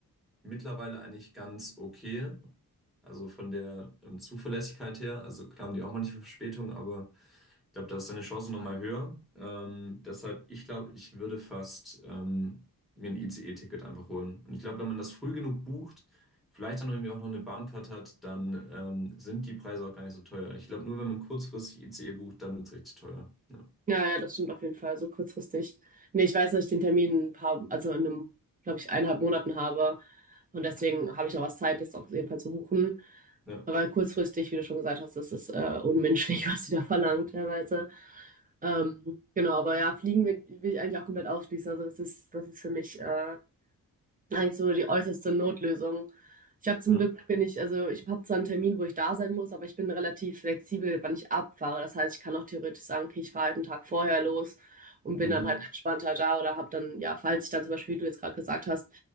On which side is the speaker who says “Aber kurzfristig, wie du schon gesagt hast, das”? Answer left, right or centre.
Right